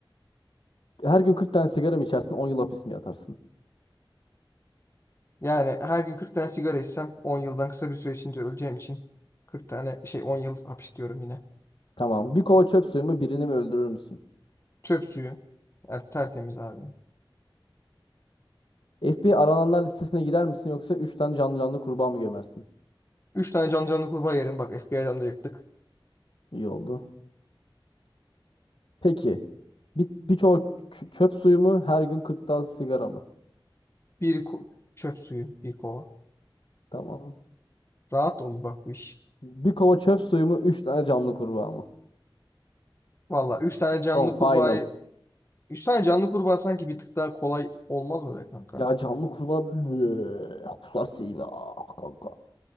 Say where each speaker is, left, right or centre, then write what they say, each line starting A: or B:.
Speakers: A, on the left (about 70°); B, on the left (about 30°).
A: Her gün 40 tane sigara mı içersin 10 yıl hapis mi yatarsın?
B: Yani her gün 40 tane sigara içsem 10 yıldan kısa bir süre içinde öleceğim için 40 tane şey 10 yıl hapis diyorum yine.
A: Tamam. Bir kova çöp suyu mu birini mi öldürür müsün?
B: Çöp suyu. Er, tertemiz abi.
A: FBI arananlar listesine girer misin yoksa 3 tane canlı canlı kurbağa mı gömersin?
B: 3 tane can canlı kurbağa yerim. Bak FBI'dan da yırttık.
A: İyi oldu. Peki. Bir, bir kova ç- çöp suyu mu? Her gün 40 tane sigara mı?
B: Bir ku- çöp suyu. Bir kova.
A: Tamam.
B: Rahat olur bak bu iş.
A: Bir kova çöp suyu mu? üç tane canlı kurbağa mı?
B: Valla 3 tane canlı
A: Tamam final.
B: kurbağayı 3 tane canlı kurbağa sanki bir tık daha kolay olmaz mı be kanka?
A: Ya canlı kurbağa <sighs> kusasıyla kanka.